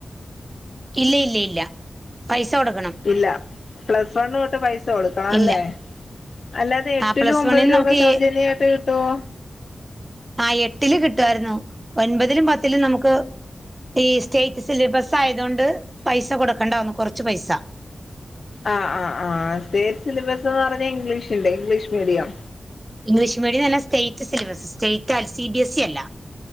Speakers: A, on the right (about 30°); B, on the left (about 65°).
A: ഇല്ല ഇല്ല ഇല്ല പൈസ കൊടുക്കണം
B: ഇല്ല പ്ലസ് വൺ തൊട്ട് പൈസ കൊടുക്കണം
A: ഇല്ല
B: അല്ലേ അല്ലാതെ എട്ടിലും
A: ആ പ്ലസ്
B: ഒമ്പതിലും
A: വണ്ണിന് നമുക്ക്
B: ഒക്കെ സൗജന്യയിട്ട് കിട്ടുവോ?
A: ആഹ് എട്ടില് കിട്ടുവായിരുന്നു ഒൻപതിലും പത്തിലും നമുക്ക് ഈ സ്റ്റേറ്റ് സിലബസ് ആയതുകൊണ്ട് പൈസ കൊടുക്കണ്ടാവുന്നു കുറച്ച് പൈസ
B: ആഹ് ആഹ് ആഹ് സ്റ്റേറ്റ് സിലബസ് എന്ന് പറഞ്ഞ ഇംഗ്ലീഷ്ന്റെ ഇംഗ്ലീഷ് മീഡിയം
A: ഇംഗ്ലീഷ് മീഡിയം നല്ല state syllabus state <unintelligible> C B S E അല്ല